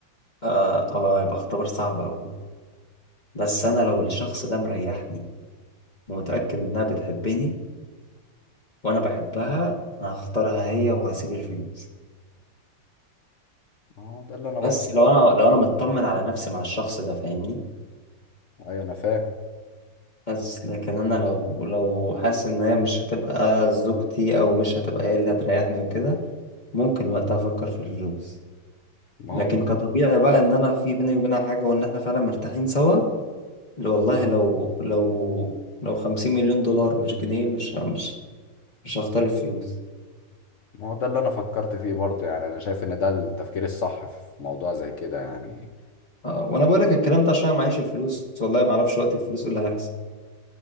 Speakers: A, on the left; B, on the left.
A: آه آه، هيبقى اختبار صعب قوي بس انا لو الشخص ده مريحني ومتاكد انها بتحبني وانا بحبها انا هختارها هي وهسيب الفلوس
B: اه ده اللي انا برضو
A: بس لو انا لو انا مطمن على نفسي مع الشخص ده فاهمني
B: ايوه انا فاهم
A: بس لكن انا لو لو حاسس ان هي مش هتبقى زوجتي او مش هتبقى هي اللي هتريحني وكده ممكن وقتها افكر في الفلوس
B: ما
A: لكن
B: هو
A: كطبيعي بقى ان انا في بيني وبينها حاجة وان احنا فعلا مرتاحين سوا لو- والله لو لو لو خمسين مليون دولار مش جنيه مش مش مش هختار الفلوس
B: ما هو ده اللي انا فكرت فيه برضه يعني انا شايف ان ده التفكير الصح في موضوع زي كده يعني
A: آه، وانا بقولك الكلام ده عشان أنا معيش الفلوس والله ما اعرفش وقت الفلوس إيه اللي هيحصل